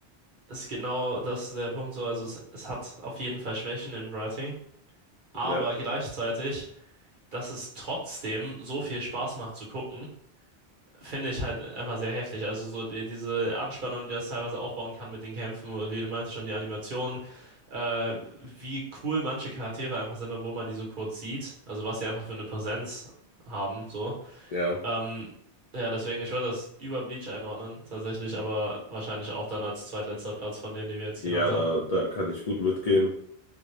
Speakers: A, on the right; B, on the left.
A: ist genau das der Punkt so. Also es, es hat auf jeden Fall Schwächen im Writing, aber
B: Ja,
A: gleichzeitig, dass es trotzdem so viel Spaß macht zu gucken finde ich halt einfach sehr heftig. Also so die, diese Anspannung, die das teilweise aufbauen kann mit den Kämpfen, und wie du meinst schon, die Animationen, äh, wie cool manche Charaktere einfach sind, obwohl man die so kurz sieht. Also was sie einfach für eine Präsenz haben, so.
B: ja,
A: Ähm, ja, deswegen, ich würde das über Bleach einordnen, tatsächlich, aber wahrscheinlich auch dann als zweitletzter Platz von denen, die wir jetzt
B: ja,
A: genannt haben.
B: da, da kann ich gut mitgehen.